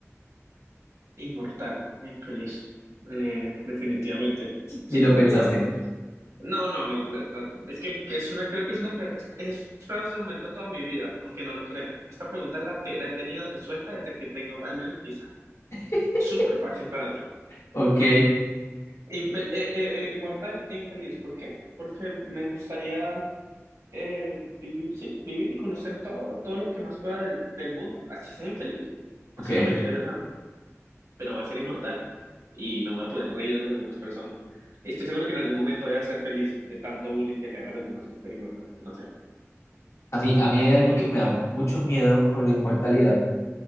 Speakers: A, on the right; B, on the left.
A: inmortal, infeliz, eh, definitivamente. Sí,
B: Ni lo pensaste.
A: y no. No, no, no, la- la- es que que es una, creo que es una, pre- es, es fraude de momento toda mi vida, aunque no lo crea. Esta pregunta la, te- la he tenido resuelta desde que tengo al menos 10 años.
B: <laughs>
A: Súper fácil para mí.
B: Ok,
A: Infel- eh, eh, eh, inmortal e infeliz, ¿por qué? Porque me gustaría eh, vivir, sí, vivir y conocer todo, todos los que más pueda del, del mundo, así sea infeliz,
B: ok.
A: así no me genere nada, pero va a ser inmortal y me voy a poder reír de las demás personas. Estoy seguro que en algún momento voy a ser feliz de tanto bullying que le haga a los demás por ser inmortal, no sé.
B: A mí, a mí hay algo
A: ¿Y
B: que
A: tú?
B: me da mucho miedo con la inmortalidad